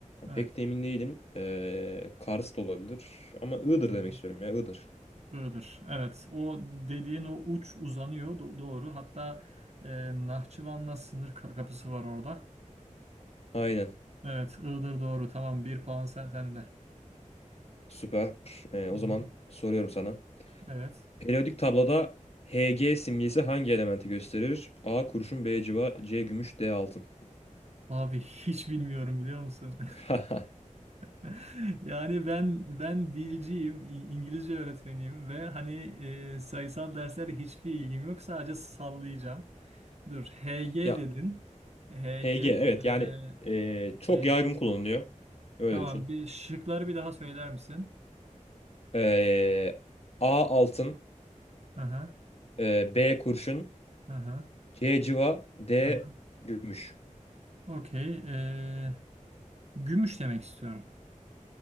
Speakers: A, on the right (about 55°); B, on the left (about 50°).
A: Evet.
B: pek de emin değilim. E, Kars da olabilir. Ama Iğdır
A: Hı hı.
B: demek istiyorum ya Iğdır.
A: Iğdır. Evet. O dediğin o uç uzanıyor. Do- doğru. Hatta e, Nahçıvan'la sınır ka- kapısı var orada.
B: Aynen.
A: Ee, evet. Iğdır doğru. Tamam. Bir puan sen, sende.
B: Süper. E,
A: Hı
B: o
A: hı.
B: zaman soruyorum sana.
A: Evet.
B: Periyodik tabloda Hg simgesi hangi elementi gösterir? A kurşun, B civa, C gümüş, D altın.
A: Abi hiç bilmiyorum biliyor musun? <laughs>
B: <laughs>
A: <laughs> Yani ben ben dilciyim, İ- İngilizce öğretmeniyim ve hani e, sayısal derslere hiçbir ilgim yok. Sadece sallayacağım. Dur, HG
B: Ya
A: dedin. HG,
B: Hg evet yani
A: e,
B: e,
A: okey.
B: çok yaygın kullanılıyor. Öyle
A: Tamam,
B: düşün.
A: bir şıkları bir daha söyler misin?
B: Ee, A altın,
A: Aha,
B: e, B kurşun,
A: aha,
B: C cıva, D
A: aha.
B: gümüş.
A: Okey. e, gümüş demek istiyorum.